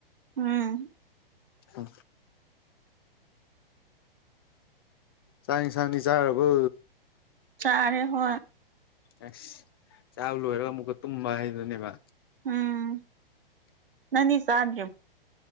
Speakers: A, on the right (about 70°); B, on the left (about 25°).
A: ꯎꯝ
B: ꯎ ꯆ ꯁꯅꯤ ꯆꯥꯕꯨ
A: ꯆꯥꯔꯦ ꯍꯣꯏ
B: ꯑꯁ ꯆꯕ ꯂꯣꯏꯔꯒ ꯑꯃꯨꯛꯀ ꯇꯨꯝꯕ ꯍꯥꯏꯗꯨꯅꯦꯕ
A: ꯎꯝ ꯅꯅꯤ ꯁꯥꯥꯕꯣ